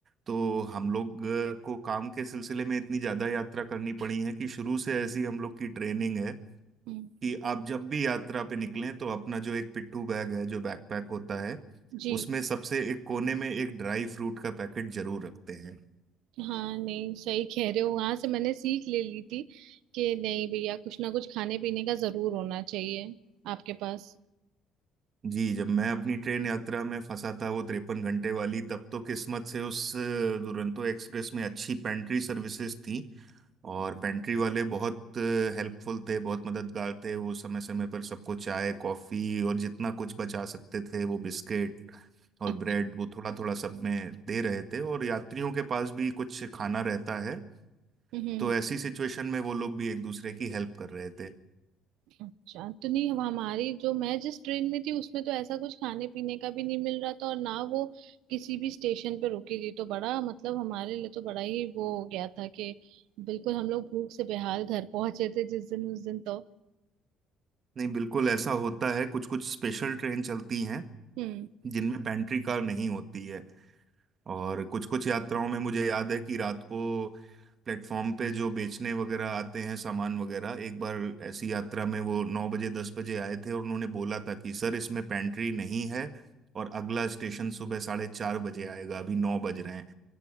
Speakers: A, on the right; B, on the right.
A: तो हम लोग अ, को काम के सिलसिले में इतनी ज्यादा यात्रा करनी पड़ी है कि शुरू से ऐसी हम लोग की ट्रेनिंग है
B: हम्म,
A: कि आप जब भी यात्रा पे निकलें तो अपना जो एक पिट्ठू बैग है जो बैकपैक होता है
B: जी
A: उसमें सबसे एक कोने में एक ड्राई फ्रूट का पैकेट जरूर रखते हैं
B: हाँ नहीं सही कह रहे हो वहां से मैंने सीख ले ली थी कि नहीं भैया कुछ ना कुछ खाने पीने का जरूर होना चाहिए आपके पास
A: जी जब मैं अपनी ट्रेन यात्रा में फंसा था वो तिरपन घंटे वाली तब तो किस्मत से उस अ, दुरंतो एक्सप्रेस में अच्छी पेंट्री सर्विसेज थी और पेंट्री वाले बहुत हेल्पफुल थे बहुत मददगार थे वो समय समय पर सबको चाय कॉफी और जितना कुछ बचा सकते थे वो बिस्किट और
B: अ-
A: ब्रेड वो थोड़ा थोड़ा सब में दे रहे थे और यात्रियों के पास भी कुछ खाना रहता है
B: हम्म,
A: तो ऐसी सिचुएशन में वो लोग भी एक दूसरे की हेल्प कर रहे थे
B: अच्छा तो नहीं हम- हमारी जो मैं जिस ट्रेन में थी उसमें तो ऐसा कुछ खाने पीने का भी नहीं मिल रहा था और ना वो किसी भी स्टेशन पे रुकी थी तो बड़ा मतलब हमारे लिए तो बड़ा ही वो हो गया था कि बिल्कुल हम लोग भूख से बेहाल घर पहुंचे थे जिस दिन उस दिन तो
A: नहीं बिल्कुल ऐसा होता है कुछ कुछ स्पेशल ट्रेन चलती हैं
B: हम्म
A: जिनमें पेंट्री कार नहीं होती है और कुछ कुछ यात्राओं में मुझे याद है कि रात को प्लेटफॉर्म पे जो बेचने वगैरह आते हैं सामान वगैरह एक बार ऐसी यात्रा में वो नौ बजे दस बजे आए थे और उन्होंने बोला था कि सर इसमें पेंट्री नहीं है और अगला स्टेशन सुबह साढ़े चार बजे आएगा अभी नौ बज रहे हैं